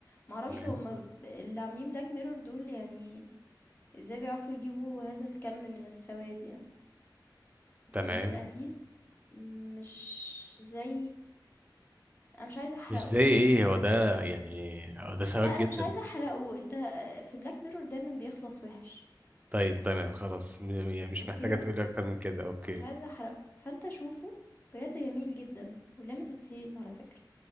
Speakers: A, on the left (about 25°); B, on the right (about 20°).
A: معرفش
B: تمام
A: هما ب- اللي عاملين بلاك ميرور دول يعني ازاي بيعرفوا يجيبوا هذا الكم من السواد يعني
B: تمام
A: بس اتليست مش زي انا مش عايزه احرقه
B: مش زي
A: يعني
B: ايه هو ده يعني هو ده سواك
A: لا انا
B: جدا
A: مش عايزه احرقه انت في بلاك ميرور دايما بيخلص وحش
B: طيب تمام خلاص م... يعني مش
A: اوكي
B: محتاجه تقولي اكتر من كده اوكي
A: مش عايزه احرقه فانت شوفه بجد جميل جدا وليميتد سيريز على فكره